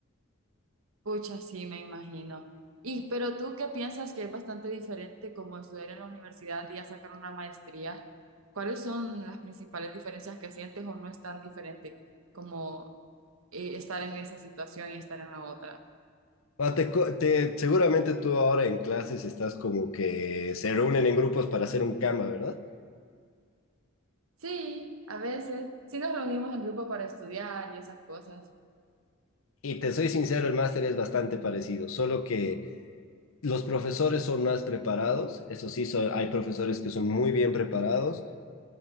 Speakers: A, on the right (about 80°); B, on the left (about 70°).
A: Pucha, sí, me imagino. Y, pero tú qué piensas que es bastante diferente como estudiar en la universidad y ya sacar una maestría? ¿Cuáles son las principales diferencias que sientes o no es tan diferente como eh, estar en esa situación y estar en la otra?
B: Bueno, te co- te- seguramente tú ahora en clases estás como que se reúnen en grupos para hacer un cama, ¿verdad?
A: Sí, a veces sí nos reunimos en grupo para estudiar y esas cosas.
B: Y te soy sincero, el máster es bastante parecido, solo que los profesores son más preparados, eso sí, so- hay profesores que son muy bien preparados.